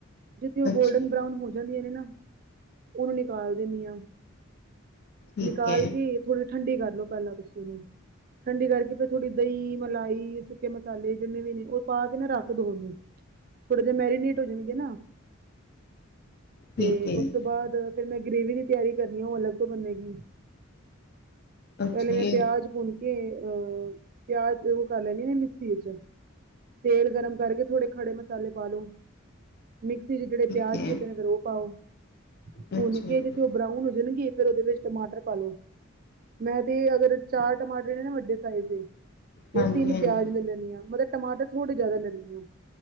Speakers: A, on the right; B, on the left.
A: ਜਿਥੇ ਓ
B: ਅੱਛਾ
A: ਗੋਲਡਨ
B: ਜੀ,
A: ਬਰਾਉਨ ਹੋ ਜਾਂਦੀਏ ਨੇ ਨਾ ਓਨੂੰ ਨਿਕਾਲ ਦੇਨੀ ਆਂ,
B: ਠੀਕ
A: ਨਿਕਾਲ
B: ਹੈ
A: ਕੇ ਥੋੜੀ ਠੰਡੀ ਕਾਰਲੋ ਪੈਲਾਂ ਤੂਸੀ। ਚਲੋ, ਠੰਡੀ ਕਾਰਕੇ ਫੇਰ ਥੋੜੀ ਦਹੀਂ, ਮਲਾਈ, ਸੁੱਕੇ ਮਸਾਲੇ ਜਿੰਨੇ ਵੀ ਨੇ, ਓ ਪਾ ਕੇ ਨਾ ਰਾੱਖ ਦੋ ਨਾ ਓਨੂ, ਥੋੜੇ ਜੇ ਮੈਰੀਨੇਟ ਹੋ ਜਨਗੇ ਨਾ।
B: ਠੀਕ
A: ਤੇ
B: ਹੈ ਜੀ,
A: ਉਸ ਤੋਂ ਬਾਦ ਫੇਰ ਮੈਂ ਗ੍ਰੇਵੀ ਦੀ ਤੇਆਰੀ ਕਰਨੀ ਆਂ, ਓ ਅਲੱਗ ਤੋਂ ਬੰਨੇਗੀ।
B: ਅੱਛਾ
A: ਪੈਲੇ ਮੈਂ
B: ਜੀ,
A: ਪੇਆਜ ਭੁੰਨ ਕੇ ਅ, ਪੇਆਜ ਓ ਕਾਰ ਲੈਨੀ ਨੀ ਮਿਕਸੀ ਏਚ। ਤੇਲ ਗਰਮ ਕਾਰਕੇ, ਥੋੜੇ ਖੜੇ ਮਸਾਲੇ ਪਾ ਲੋ। ਮਿਕਸੀ ਚ ਜੇੜੇ
B: ਠੀਕ
A: ਪੇਆਜ
B: ਹੈ
A: ਕਿਤੇ ਨੇ, ਫੇਰ ਓ ਪਾਓ
B: ਅੱਛਾ
A: ਭੁੰਨ ਕੇ
B: ਜੀ,
A: ਜਿੱਥੇ ਓ ਬਰਾਊਨ ਹੋ ਜਨਗੇ ਫੇਰ ਓਦੇ ਵੇਚ ਟਮਾਟਰ ਪਾਲੋ, ਮੈਂ ਤੇ ਅਗਰ ਚਾਰ ਟਮਾਟਰ ਨੇ ਨਾ ਵੱਡੇ ਚਾਈਦੇ ਤੇ
B: ਹਾਂਜੀ-ਹਾਂਜੀ,
A: ਤਿੰਨ ਪੇਆਜ ਲੈ ਲੈਨੀ ਆ, ਮਤਲਬ ਟਮਾਟਰ ਥੋੜੇ ਜਾਦਾ ਲੈਨੀ ਆਂ।